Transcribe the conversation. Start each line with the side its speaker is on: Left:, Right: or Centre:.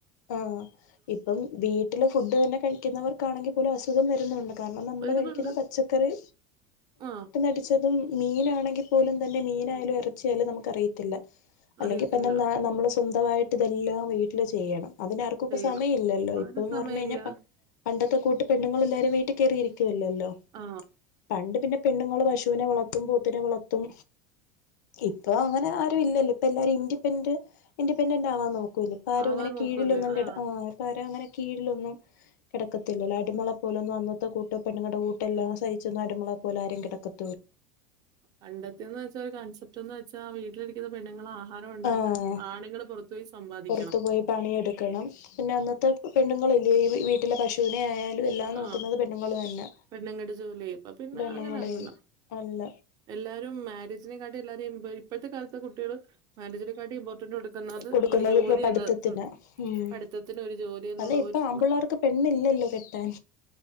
Left: ആഹ് ഇപ്പം വീട്ടിലേ ഫുഡ് തന്നെ കഴിക്കുന്നവർക്കാണെങ്കിൽ പോലും കാരണം നമ്മള്
Right: വരുന്നുണ്ട്.
Left: കഴിക്കുന്ന പച്ചക്കറി
Right: ആ
Left: ടിച്ചതും മീനാണെങ്കിൽ പോലും തന്നെ മീനായാലും ഇറച്ചിയായാലും നമുക്ക് അറിയത്തില്ല അല്ലെങ്കി
Right: അറിയത്തില്ല.
Left: പിന്നെ ന നമ്മള് സ്വന്തമായിട്ട് ഇതെല്ലാം വീട്ടില് ചെയ്യണം അതിന് ആർക്കും ഇപ്പ
Right: ചെയ്യണം.
Left: സമയം ഇല്ലല്ലോ
Right: അതിന്
Left: ഇപ്പന്ന്
Right: സമയമില്ല.
Left: പറഞ് കഴിഞ്ഞാ പണ്ടത്തെ കൂട്ട് പെണ്ണുങ്ങൾ എല്ലാരും വീട്ടിൽ കയറിയിരിക്കുവല്ലല്ലോ
Right: ആ
Left: പണ്ട് പിന്നെ പെണ്ണുങ്ങൾ പശുവിനെ വളർത്തും പോത്തിനെ വളർത്തും ഇപ്പൊ അങ്ങനെ ആരും ഇല്ലല്ല ഇപ്പൊ എല്ലാരും ഇൻഡിപെൻറ് ഇൻഡി പെണ്ടന്റ് ആവാൻ നോക്കു ല്ലോ ഇപ്പോ ആരും
Right: ആവാൻ
Left: അങ്ങനെ
Right: നോക്കുവല്ലേ.
Left: കീഴിലൊന്നും
Right: ആ.
Left: ഇപ്പാരും അങ്ങനെ കീഴിലൊന്നും കിടക്കത്തില്ലോ അടിമളെ പോലൊന്നും അന്നത്തെ കൂട്ട പെണ്ണുങ്ങളുടെട്ടെല്ലാം
Right: ഉം.
Left: സഹിച്ച് അടിമ പോലെ ആരും കിടക്കും
Right: പണ്ടത്തെന്ന് വെച്ചാ ഒരു കോൺസെപ്റ്റ് എന്ന് വെച്ചാ വീട്ടിലിരിക്കുന്ന പെണ്ണുങ്ങളാ ആഹാരം ഉണ്ടാക്കണം
Left: ആഹ്
Right: ആണുങ്ങൾ പുറത്തു പോയി സമ്പാദിക്കണം
Left: പുറത്തു പോയി പണിയെടുക്കണം പിന്നെ അന്നത്തെ പെണ്ണുങ്ങളല്ലേ ഈ വി വീട്ടിലെ പശുവിനെ ആയാലും എല്ലാം നോക്കുന്നത്
Right: ആ
Left: പെണ്ണുങ്ങള് തന്നെ
Right: പെണ്ണുങ്ങളുടെ ജോലി. ഇപ്പ പിന്നെ
Left: പെണ്ണങ്ങളന്നെ
Right: അങ്ങനെയല്ലല്ലോ.
Left: അല്ല
Right: എല്ലാരും മാര്യേജിനെക്കാളും എല്ലാരും ഇപ്പൊത്തെ കാലത്തെ കുട്ടികള് മാര്യേജിനെക്കാട്ടും ഇമ്പോർട്ടന്റ് കൊടുക്ക ന്നത്
Left: കൊടുക്കുന്നത്
Right: ഒരു ജോലി
Left: ഇപ്പൊ പഠിത്തത്തിന്
Right: എന്നത് ഉം
Left: ഉം
Right: പഠിത്തത്തിന് ഒരു ജോലി എന്നുള്ള
Left: അതെ ഇപ്പൊ
Right: ഒരു
Left: ആമ്പിള്ളേർക്ക് പെണ്ണില്ലല്ലോ കെട്ടാൻ